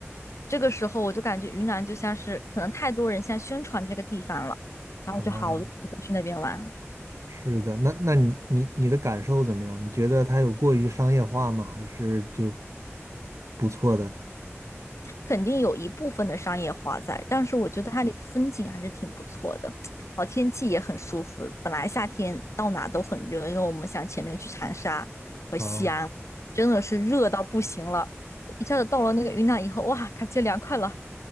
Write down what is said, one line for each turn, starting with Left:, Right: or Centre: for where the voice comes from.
Left: 这个时候我就感觉云南就像是可能太多人现在宣传这个地方了，然后就好多人去那边玩。
Right: 啊！是的，那那你你你的感受怎么样？你觉得它有过于商业化吗？还是就不错的？
Left: 肯定有一部分的商业化在，但是我觉得它的风景还是挺不错的，然后天气也很舒服。本来夏天到哪都很热，因为我们想前面去长沙和西安，
Right: 啊、
Left: 真的是热到不行了，一下子到了那个云南以后，哇，感觉凉快了。